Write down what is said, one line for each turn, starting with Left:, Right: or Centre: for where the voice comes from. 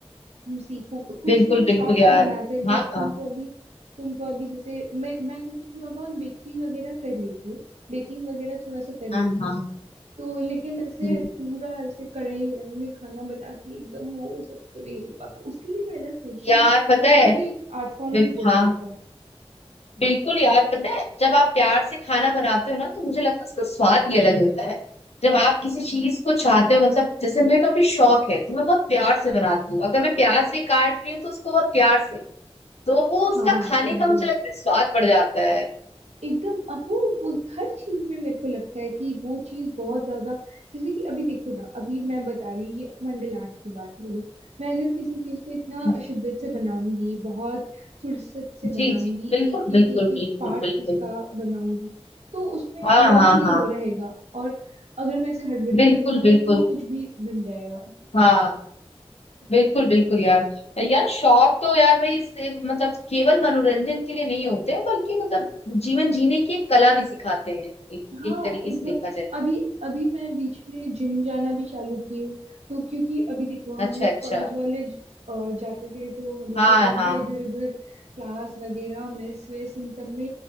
Right: तुम सीखो कुछ
Left: बिल्कुल
Right: लोग
Left: बिल्कुल
Right: शौक
Left: यार
Right: से बनाते हैं जैसे
Left: हाँ
Right: तुमको
Left: हाँ
Right: अभी तुमको अभी जैसे मैं मैं जैसे थोड़ा बहुत बेकरी वगैरह कर लेती हूँ बेकिंग वगैरह थोड़ा सा कर लेती
Left: हाँ हाँ
Right: हूँ तो लेकिन ऐसे
Left: हम्म।
Right: पूरा ऐसे कढ़ाई वढ़ाई में खाना बना के एकदम वो सब तो नहीं हो पाता उसके लिए भी अलग पेशेंस
Left: यार पता
Right: उसको
Left: है
Right: भी एक आर्ट फॉर्म
Left: बिल,
Right: ही बोला
Left: हाँ
Right: जाता है
Left: बिल्कुल यार पता है जब आप प्यार से खाना बनाते हो ना तो मुझे लगता है उसका स्वाद ही अलग होता है जब आप किसी चीज को चाहते हो मतलब जैसे मेरे को अभी शौक है तो मैं बहुत प्यार से बनाती हूँ अगर मैं प्याज भी काट रही हूँ तो उसको बहुत प्यार से तो वो उसका
Right: हाँ
Left: खाने
Right: एकदम
Left: का मुझे लगता है स्वाद बढ़ जाता है
Right: एकदम अब वो वो हर चीज में मेरे को लगता है कि वो चीज बहुत ज्यादा जैसे कि अभी देखो ना अभी मैं बता रही ये मंडल आर्ट की बात ले लो मैं अगर किसी चीज को इतना
Left: हम्म,
Right: शिद्दत से बनाऊंगी बहुत फुर्सत से
Left: जी
Right: बनाऊंगी
Left: जी बिल्कुल
Right: एक
Left: बिल्कुल
Right: एक एक
Left: बिल्कुल
Right: एक पार्ट
Left: बिल्कुल
Right: उसका बनाऊंगी तो उसमें
Left: हाँ
Right: अलग
Left: हाँ
Right: ही
Left: हाँ
Right: हो रहेगा और अगर मैं इसे हड़बड़ी
Left: बिल्कुल
Right: में बना
Left: बिल्कुल
Right: दूं तो वो कुछ भी बन जाएगा
Left: हाँ बिल्कुल बिल्कुल यार यार शौक तो यार भाई इससे मतलब केवल मनोरंजन के लिए नहीं होते हैं बल्कि मतलब जीवन जीने की एक कला भी सिखाते हैं एक,
Right: हाँ
Left: एक तरीके
Right: एकदम
Left: से देखा जाए तो।
Right: अभी अभी मैं बीच में जिम जाना भी चालू की हूँ तो क्योंकि अभी देखो
Left: अच्छा
Right: हम लोग
Left: अच्छा
Right: कॉलेज वॉलेज अ, जाते थे तो हम लोग
Left: हाँ
Right: का दिन
Left: हाँ
Right: तो इधर उधर क्लास वगैरह मेस वेस इन सब में